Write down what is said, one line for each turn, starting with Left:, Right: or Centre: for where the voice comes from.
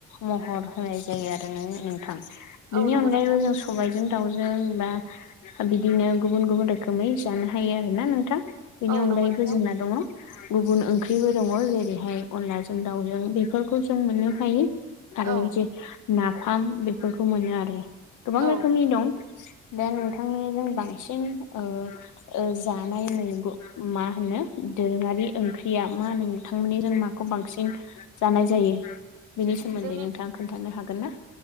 Left: महर होनाय जायो आरोनो नोंथां। बेनि
Right: औ नंगौ
Left: अनगायैबो
Right: नोंथां
Left: जों सबायजों दाउजों बा बिदिनो गुबुन गुबुन रोखोमै जानो हायो आरो ना नोंथां बेनि
Right: औ
Left: अनगायैबो
Right: नंगौ नोंथां
Left: जेंना दङ गुबुन ओंख्रिबो दङ जेरैहाय अनलाजों दाउजों बेफोरखौ जों मोननो हायो। आरो
Right: औ
Left: जे नाफाम बेफोरखौ मोनो आरो गोबां
Right: औ
Left: रोखोमनि दं। दा नोंथांनिजों बांसिन ओ ओ जानाय मैगं मा होनो दोरोङारि ओंख्रिया मा नोंथांमोननि जों माखौ बांसिन जानाय जायो। बेनि सोमोन्दै
Right: जोंनि
Left: नोंथाङा खोन्थानो हागोन ना।